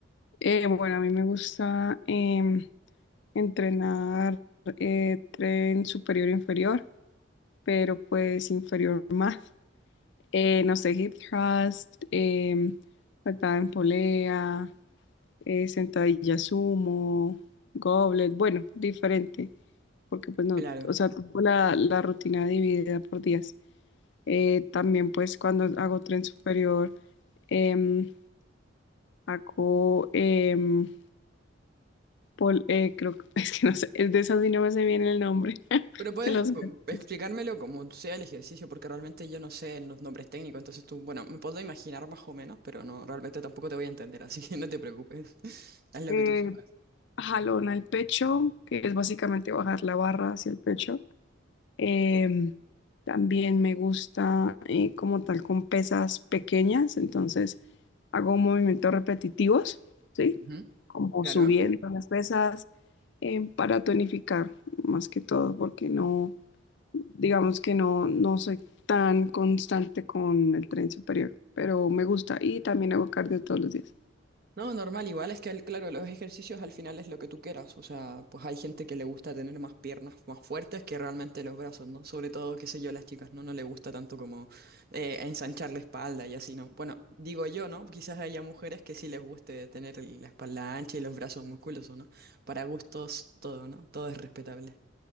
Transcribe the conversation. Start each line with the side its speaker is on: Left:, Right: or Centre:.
Left: Eh, bueno, a mí me gusta em, entrenar eh, tren superior e inferior, pero pues inferior <laughs> más. Eh, no sé, hip thrust, em, patada en polea, eh, sentadilla sumo, goblet, bueno, diferente. porque pues no,
Right: Claro.
Left: o sea, tengo la, la rutina dividida por días. Eh, también pues cuando hago tren superior, em, hago, em, pol- eh, creo que, <laughs> es que no sé, es de esas y no me sé bien el nombre <laughs>
Right: Pero puedes
Left: de los
Right: cu-
Left: ejercicios.
Right: explicármelo como sea el ejercicio, porque realmente yo no sé los nombres técnicos, entonces tú, bueno, me puedo imaginar más o menos, pero no, realmente tampoco te voy a entender, así que no te preocupes. <laughs> Haz lo
Left: Eh,
Right: que tú sepas.
Left: jalón al pecho, que es básicamente bajar la barra hacia el pecho. Em, también me gusta eh, como tal con pesas pequeñas, entonces hago movimientos repetitivos, ¿sí?
Right: Ujú,
Left: Como
Right: Claro.
Left: subiendo las pesas em, para tonificar más que todo, porque no, digamos que no, no soy tan constante con el tren superior, pero me gusta y también hago cardio todos los días.
Right: No, normal, igual es que, el- claro, los ejercicios al final es lo que tú quieras, o sea, pues hay gente que le gusta tener más piernas más fuertes que realmente los brazos, ¿no? Sobre todo, qué sé yo, las chicas, ¿no? No le gusta tanto como eh, ensanchar la espalda y así, ¿no? Bueno, digo yo, ¿no? Quizás haya mujeres que sí les guste tener el- la espalda ancha y los brazos musculosos, ¿no? Para gustos, todo, ¿no? Todo es respetable.